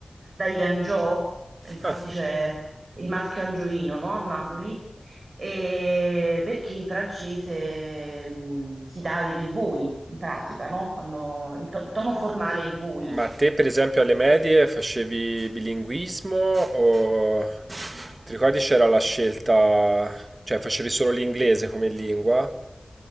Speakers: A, on the right; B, on the right.
A: dagli Angiò, infatti
B: Ah,
A: c'è il maschio angioino, no, a Napoli, e perché in francese mh, si dà del voi, in pratica, no? Quando, in to- tono formale è il voi.
B: Ma te, per esempio, alle medie facevi bilinguismo o ti ricordi c'era la scelta, cioè facevi solo l'inglese come lingua?